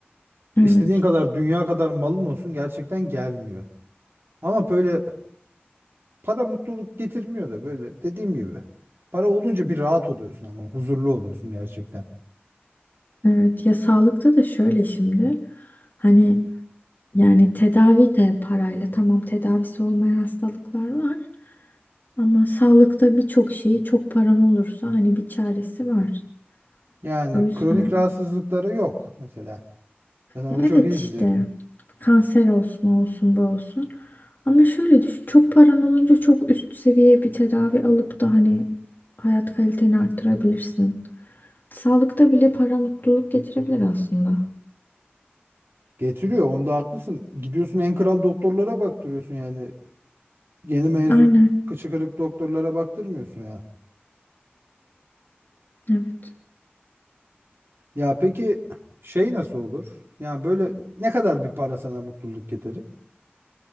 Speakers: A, on the left; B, on the right.
A: Evet.
B: İstediğin kadar dünya kadar malın olsun gerçekten gelmiyor. Ama böyle para mutluluk getirmiyor da böyle dediğim gibi. Para olunca bir rahat oluyorsun ama huzurlu oluyorsun gerçekten.
A: Evet ya sağlıkta da şöyle şimdi. Hani Yani tedavi de parayla. Tamam tedavisi olmayan hastalıklar var. Ama sağlıkta birçok şeyi çok paran olursa hani bir çaresi var.
B: Yani
A: O yüzden
B: kronik rahatsızlıkları yok mesela. Ben onu
A: ya evet
B: çok iyi
A: işte
B: bilir.
A: kanser olsun o olsun bu olsun. Ama şöyle düşün çok paran olunca çok üst seviye bir tedavi alıp da hani hayat kaliteni arttırabilirsin. Sağlıkta bile para mutluluk getirebilir aslında.
B: Getiriyor onda haklısın. Gidiyorsun en kral doktorlara baktırıyorsun yani. Yeni mezun
A: Aynen
B: kıçı kırık doktorlara baktırmıyorsun ya.
A: evet.
B: Ya peki şey nasıl olur? Yani böyle ne kadar bir para sana mutluluk getirir?